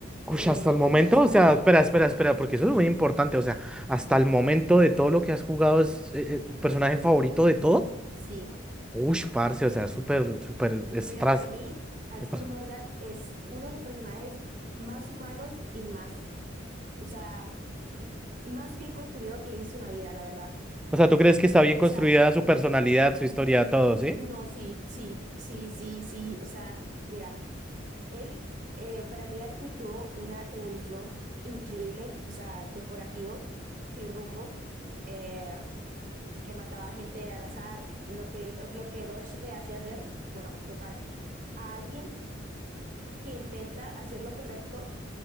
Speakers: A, in the centre; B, on the right.
A: Uy,
B: Eh,
A: hasta el momento,
B: es el personaje,
A: o sea, espera,
B: eh,
A: espera, espera, porque eso es muy importante. O sea, hasta el momento de todo lo que has jugado es eh, eh, tu personaje favorito de todo.
B: sí.
A: Ush parce, o sea, súper, súper estras,
B: Mira, para mí, Arthur
A: estra-
B: Morgan es uno de los personajes más humanos y más O sea, el más bien construido que he visto en la vida, la verdad.
A: O sea, ¿tú crees que está bien construida
B: O sea,
A: su personalidad, su historia, todo, sí?
B: no, sí, sí, sí, sí, sí. O sea, mira, él, eh, para mí Arthur tuvo una evolución increíble, o sea, de forajido, sin rumbo, eh, que mataba gente al azar, lo que, lo que Dodge le hacía hacer, bueno, total, a alguien que intenta hacer lo correcto